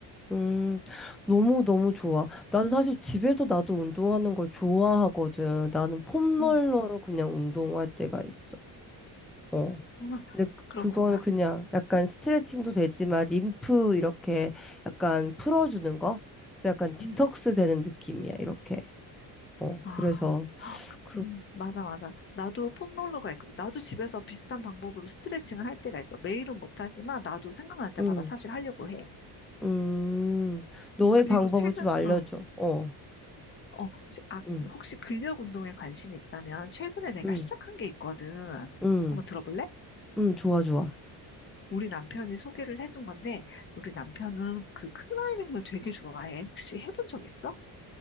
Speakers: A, in the centre; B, on the left (about 30°).
A: 음, 너무너무 좋아. 나는 사실 집에서 나도 운동하는 걸 좋아하거든. 나는 폼롤러로
B: 음.
A: 그냥 운동할 때가 있어. 어.
B: 어,
A: 근데 그-
B: 그렇구나.
A: 그거는 그냥 약간 스트레칭도 되지만 림프 이렇게 약간 풀어주는 거? 그래서 약간 디톡스
B: 음.
A: 되는 느낌이야, 이렇게. 어,
B: 아,
A: 그래서 그,
B: 음, 맞아, 맞아. 나도 폼롤러가 있거든. 나도 집에서 비슷한 방법으로 스트레칭을 할 때가 있어. 매일은 못하지만 나도 생각날 때마다
A: 음,
B: 사실 하려고 해.
A: 음, 너의
B: 그리고
A: 방법을
B: 최근,
A: 좀 알려줘.
B: 어,
A: 어,
B: 어, 지- 아,
A: 음,
B: 혹시 근력 운동에 관심이 있다면 최근에 내가
A: 음,
B: 시작한 게 있거든.
A: 음,
B: 한번 들어볼래?
A: 음, 좋아, 좋아.
B: 우리 남편이 소개를 해준 건데, 우리 남편은 그 클라이밍을 되게 좋아해. 혹시 해본 적 있어?